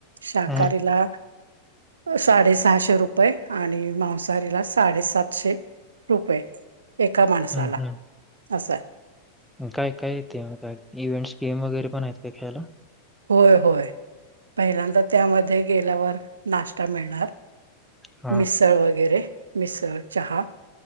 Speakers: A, on the right (about 70°); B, in the centre.
A: शाकाहारीला
B: हम्म
A: साडेसहाशे रु आणि मांसाहारीला साडेसातशे रुपे एका माणसाला
B: हम्म हम्म
A: असंय.
B: काय काय येते का इव्हेंट्स गेम वगैरे पण आहेत, काय खेळायला.
A: होय होय पहिल्यांदा त्यामध्ये गेल्यावर नाश्ता मिळणार.
B: हा
A: मिसळ वगैरे मिसळ चहा.